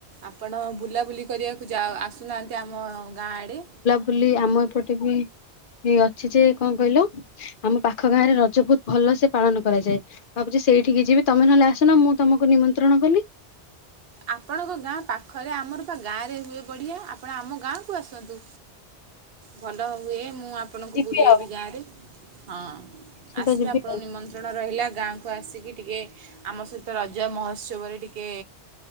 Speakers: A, on the right; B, on the left.
A: ଆପଣ ବୁଲାବୁଲି କରିବାକୁ ଯାଉ ଆସୁନାହାନ୍ତ ସେ ଆମ ଗାଁ ଆଡ଼େ।
B: ଖଲି ଆମ ଏପଟେ ବି ଇ ଅଛି ଯେ କଣ କହିଲ? ଆମ ପାଖ ଗାଁ ରେ ରଜ ବହୁତ ଭଲସେ ପାଳନ କରାଯାଏ। ଭାବୁଛି ସେଇଠିକି ଯିବି ତମେ ନହେଲେ ଆସୂନ ମୁଁ ତମକୁ ନିମନ୍ତ୍ରଣ କଲି।
A: ଆପଣଙ୍କ ଗାଁ ପାଖରେ ଆମର ପା ଗାଁରେ ହୁଏ ବଢ଼ିଆ ଆପଣ ଆମ ଗାଁକୁ ଆସନ୍ତୁ। ଭଲ ହୁଏ ମୁଁ ଆପଣଙ୍କୁ
B: ଯିବି
A: ବୁଲେଇବି
B: ଆଉ
A: ଗାଁରେ ହଁ।
B: ମୁଁ
A: ଆସିବେ
B: ତ ଯିବି
A: ଆପଣ
B: ଆଉ
A: ନିମନ୍ତ ନିମନ୍ତ୍ରଣ ରହିଲା ଗାଁକୁ ଆସିକି ଟିକେ ଆମ ସହିତ ରଜ ମହୋତ୍ସବରେ ଟିକିଏ